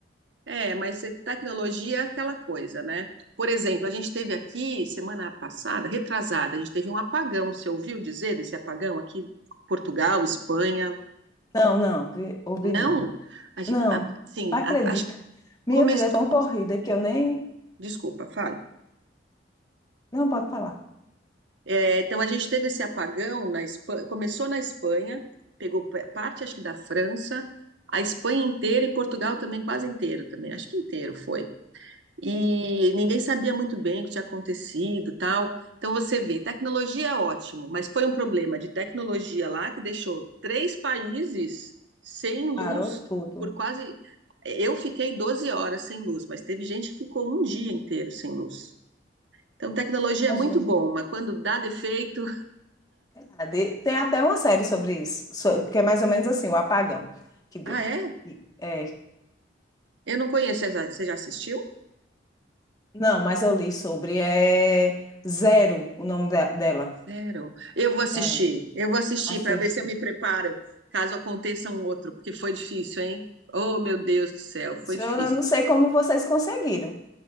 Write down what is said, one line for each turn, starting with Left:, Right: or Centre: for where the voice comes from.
Right: É, mas é que tecnologia é aquela coisa, né? Por exemplo, a gente teve aqui semana passada, retrasada, a gente teve um apagão. Você ouviu dizer desse apagão aqui? Portugal, Espanha?
Left: Não, não, vi- ouvi
Right: Não?
Left: não.
Right: A, gen-
Left: Não,
Right: a- assim,
Left: não acredita.
Right: a- acho que
Left: Minha
Right: começou.
Left: vida é tão corrida que eu nem.
Right: Desculpa, fale.
Left: Não, pode falar.
Right: É, então a gente teve esse apagão na Espanha, começou na Espanha, pegou pe- parte acho que da França, a Espanha inteira e Portugal também quase inteiro também, acho que inteiro foi. E
Left: Eita,
Right: ninguém sabia muito bem o que tinha acontecido, tal. Então você vê, tecnologia é ótimo, mas foi um problema de tecnologia lá que deixou três países sem luz
Left: Parou tudo.
Right: por quase eu fiquei 12 horas sem luz, mas teve gente que ficou um dia inteiro sem luz. Então, tecnologia
Left: Imagina.
Right: é muito bom, mas quando dá defeito,
Left: é verdade. Tem até uma série sobre isso, so- que é mais ou menos assim, o apagão que deu.
Right: Ah, é?
Left: E- É,
Right: Eu não conheço. Você já você já assistiu?
Left: Não, mas eu li sobre. É Zero o nome da- dela.
Right: Zero. Eu vou assistir.
Left: É,
Right: Eu vou assistir
Left: assista.
Right: para ver se eu me preparo, caso aconteça um outro, porque foi difícil, hein? Oh, meu Deus do céu, foi
Left: Eu
Right: difícil.
Left: não sei como vocês conseguiram.